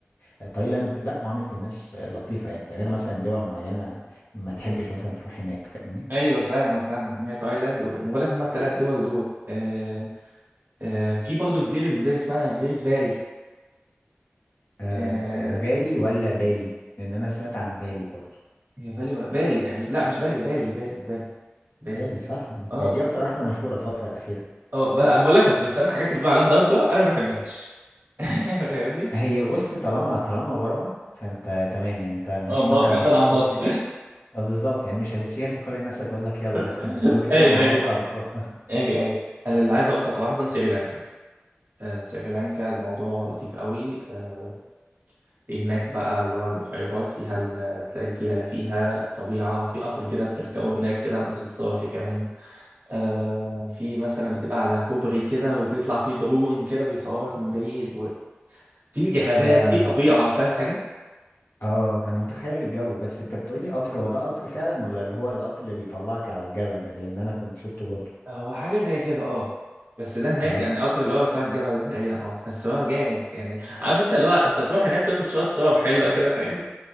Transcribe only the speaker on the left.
آه تايلاند لا معاملة الناس آه، لطيفة يعني غير مثلا دول معينة ما تحبش مثلا تروح هناك فاهمني
آه
بالي ولا بالي لان انا سمعت عن بالي برضو
بالي صح
آه،
دي اكتر واحدة مشهورة الفترة الأخيرة
هي بص طالما طالما بره فانت تمام يعني انت مش
مثلا
مش
هتتشهر آه، بالظبط يعني مش هتتشهر فكل الناس هتقول لك يلا
<laughs> هو كده
كده الموضوع
صعب تروح <laughs>
ده
اه انا متخيل الجو بس انت بتقولي قطر هو ده قطر فعلا ولا اللي هو القطر اللي بيطلعك على الجبل ده لان انا كنت شفته برضه
اه